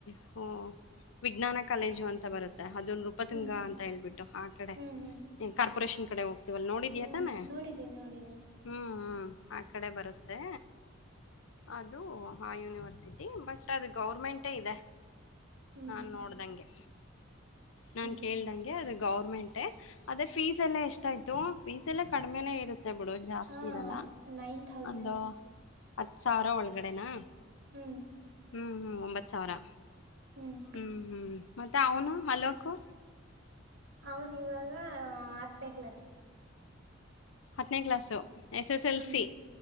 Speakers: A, on the left; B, on the right.
A: ಹ ವಿಜ್ಞಾನ ಕಾಲೇಜು ಅಂತ ಬರುತ್ತೆ ಅದು ನೃಪತುಂಗ
B: ಹ್ಮ್
A: ಅಂತ ಹೇಳ್ಬಿಟ್ಟು ಆ ಕಡೆ
B: ಹ್ಮ್ ಹ್ಮ್
A: ಕಾರ್ಪೊರೇಷನ್ ಕಡೆ ಹೋಗ್ತೀವಲ್ಲ್ ನೋಡಿದೀಯತಾನೆ.
B: ಹ್ಮ್ ನೋಡಿದ್ದೀನಿ ನೋಡಿದ್ದೀನಿ
A: ಹ್ಮ್ ಹ್ಮ್ ಆ ಕಡೆ ಬರುತ್ತೆ. ಅದು ಆ ಯೂನಿವರ್ಸಿಟಿ ಬಟ್ ಅದು ಗೌರ್ಮೆಂಟೇ ಇದೆ.
B: ಹ್ಮ್
A: ನಾನ್ ನೋಡ್ದಂಗೆ ನಾನ್
B: ಹ್ಮ್
A: ಕೇಳ್ದಂಗೆ ಅದು ಗೌರ್ಮೆಂಟ್ ಟೇ ಅದೇ ಫೀಸ್ ಎಲ್ಲ ಎಷ್ಟ ಆಯ್ತು ಫೀಸ್ ಎಲ್ಲ ಕಡಿಮೆನೇ ಇರುತ್ತೆ ಬಿಡು ಜಾಸ್ತಿ
B: ಹಾ
A: ಇರಲ್ಲ.
B: ನೈನ್ ಥೌಸಂಡ್
A: ಒಂದು ಹತ್ತ್ ಸಾವ್ರ ಒಳಗಡೆನಾ.
B: ಹ್ಮ್
A: ಹ್ಮಹ್ಮ ಒಂಬತ್ತ್ ಸಾವ್ರ
B: ಹ್ಮ್
A: ಹ್ಮಹ್ಞ ಮತ್ತೆ ಅವನು ಅಲೋಕು.
B: ಅವನ್ ಇವಾಗ ಹತ್ತನೇ ಕ್ಲಾಸ್.
A: ಹತ್ತನೇ ಕ್ಲಾಸು, ಎಸ್ ಎಸ್ ಎಲ್
B: ಹ್ಮ್
A: ಸಿ